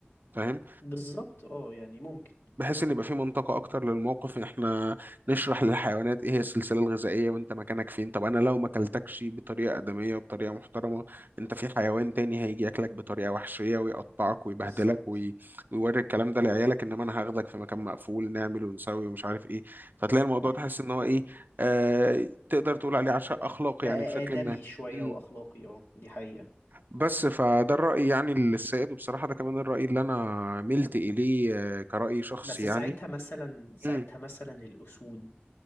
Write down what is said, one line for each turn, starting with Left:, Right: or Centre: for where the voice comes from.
Right: فاهم؟
Left: بالظبط اه يعني ممكن
Right: بحيث ان يبقى في منطقه اكتر للموقف ان احنا نشرح للحيوانات ايه هي السلسله الغذائيه وانت مكانك فين طب انا لو ما اكلتكش بطريقه ادميه وبطريقه محترمه انت في حيوان تاني هيجي ياكلك بطريقه وحشيه ويقطعك ويبهدلك
Left: بالظبط
Right: وي... ويوري الكلام ده لعيالك انما انا هاخدك في مكان مقفول نعمل ونسوي ومش عارف ايه فتلاقي الموضوع
Left: امم
Right: تحس ان هو ايه آه... تقدر تقول عليه عشاء اخلاقي
Left: بقى
Right: يعني بشكل
Left: آدمي
Right: ما
Left: شوية
Right: مم.
Left: وأخلاقي اه دي حقيقة
Right: بس فده الرأي يعني السائد وبصراحة ده كمان الرأي اللي أنا ملت إليه آه، كرأي شخصي
Left: بس
Right: يعني
Left: ساعتها مثلا ساعتها
Right: مم.
Left: مثلا الأسود